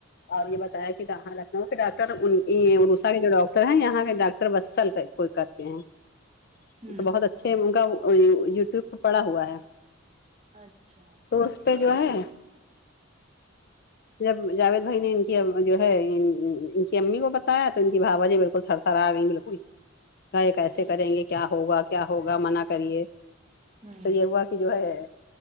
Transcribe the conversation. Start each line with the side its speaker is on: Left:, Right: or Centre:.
Left: اور یہ بتایا کہ یہاں لکھنؤ کے ڈاکٹر ایسا کے ڈاکٹر ہیں یہاں کے ڈٹر باسل کوئی کرتے ہیں
Right: ہوں
Left: تو بہت اچ اچھے ان کا یوٹیوب پہ پڑا ہوا ہے
Right: اچھا
Left: تو اس پہ جو ہے جب جاوید بھائی نے ان کی جو ہے ان کی امی کو بتایا تو ان کی بھاوجے تھر تھر آ گئی بالکل گائے کیسے
Right: اچھا
Left: کریں گے کیا ہوگا کیا ہوگا منع کریے
Right: ہوں
Left: تو یہ ہوا کہ جو ہے